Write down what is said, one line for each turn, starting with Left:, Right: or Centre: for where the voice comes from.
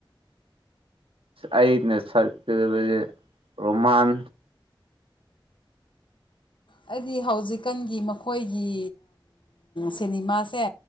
Right: ꯑꯩꯅ ꯁꯛꯆꯕꯁꯦ ꯔꯣꯃꯥꯟ
Left: ꯑꯩꯗꯤ ꯍꯧꯖꯤꯛꯀꯥꯟꯒꯤ ꯃꯈꯣꯏꯒꯤ ꯁꯤꯅꯤꯃꯥꯁꯦ